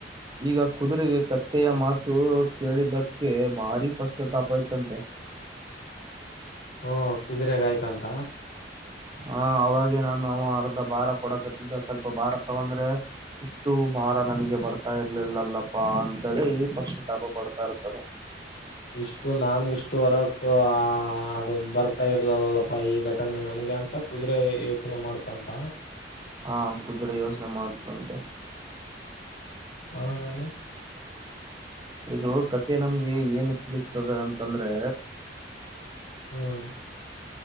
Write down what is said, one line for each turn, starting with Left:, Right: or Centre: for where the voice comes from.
Right: ಈಗ ಕುದುರೆಗೆ ಕತ್ತೆಯ ಮಾತು ಕೇಳಿದಕ್ಕೆ ಭಾರಿ ಕಷ್ಟತಾಪ ಇಯತಂತೆ.
Left: ಹ್ಮ ಕುದುರೆಗ ಆಯ್ತಂತ.
Right: ಹ ಅವಾಗೆ ನಾನು ಅವ ಅರ್ಧ ಭಾರ ಕೊಡಕತ್ತಿದ್ದ ಸ್ವಲ್ಪ ಭಾರ ತಗೊಂಡ್ರೆ. ಇಷ್ಟು ಭಾರ ನನಗೆ ಬರ್ತಾ ಇರ್ಲಿಲ್ಲಲ್ಲಪ್ಪಾ ಅಂತೇಳಿ ಪಶಿತಾಪ ಪಡ್ತಾ ಇರ್ತಾನೆ.
Left: ಇಷ್ಟು ನಾನು ಇಷ್ಟು ವರಕ್ಕ ಆ ಅದು ಬರ್ತಾ ಇರ್ಲಲ್ಲಲ್ಲಪ್ಪಾ ಈ ಘಟನೆ ನನಗೆ. ಮತ್ತ ಕುದುರೆ ಯೋಚನೆ ಮಾಡ್ತಂತ.
Right: ಹಾ ಕುದುರೆೆ ಯೋಚನೆ ಮಾಡ್ತ ಅಂತೆ.
Left: ಹನಲ್.
Right: ಇದು ಕತೆ ನಮ್ಗೆ ಏನು ತಿಳಿಸ್ತದೆ ಅಂತಂದ್ರೆ.
Left: ಹ್ಮ್-